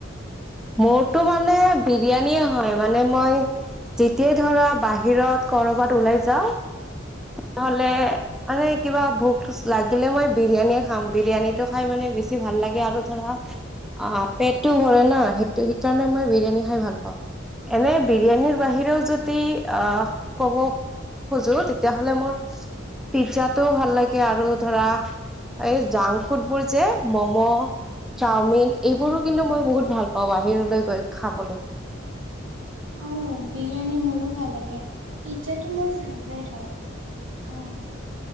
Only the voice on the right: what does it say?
কি?
অ', বিৰিয়ানী মোৰো ভাল লাগে, পিজ্জাটো মোৰ ফেভৰেট হয়। আহ'।